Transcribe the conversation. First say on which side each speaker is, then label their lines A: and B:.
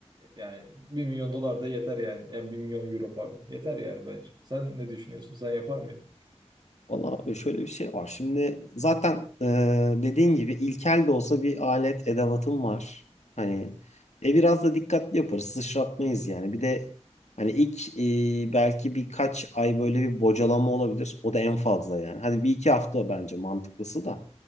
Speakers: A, on the right (about 40°); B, on the left (about 75°).
A: yani bir milyon dolar da yeter yani yani bir milyon euro pardon yeter yani bence sen ne düşünüyorsun sen yapar mıydın?
B: Valla şöyle bir şey var. Şimdi zaten e, dediğin gibi ilkel de olsa bir alet edevatım var. Hani e, biraz da dikkatli yaparız. Sıçratmayız yani. Bir de hani ilk e, belki birkaç ay böyle bir bocalama olabilir. O da en fazla yani. Hadi bir iki hafta bence mantıklısı da.